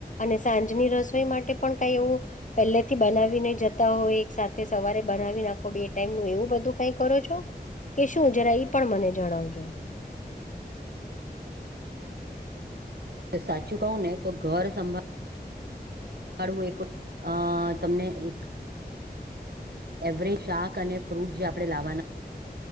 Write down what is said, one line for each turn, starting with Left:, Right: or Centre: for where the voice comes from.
Left: અને સાંજની રસોઈ માટે પણ કાઈ એવું પલેથી બનાવીને જતા હોય સાથે સવારે બનાવી ના બે ટાઈમ નુ એવું બધું કઈ કરો છો? કે શું જરા એ પણ મને જણાવજો
Right: તો સાચું કહું ને તો ઘર સંભા ળવું એકો અ તમને એક એવરેજ શાક અને ફ્રૂટ જે આપણે લાવવાના